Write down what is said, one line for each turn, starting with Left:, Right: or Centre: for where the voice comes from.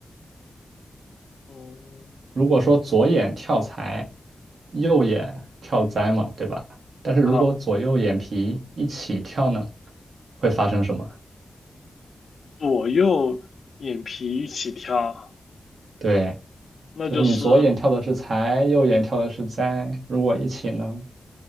Left: 嗯，
Right: 如果说左眼跳财，右眼跳灾嘛，对吧？但是如果左右眼皮一起跳呢，
Left: 好，
Right: 会发生什么？
Left: 左右眼皮一起跳，
Right: 对，
Left: 那就是
Right: 就是你左眼跳的是财，右眼跳的是灾，如果一起呢？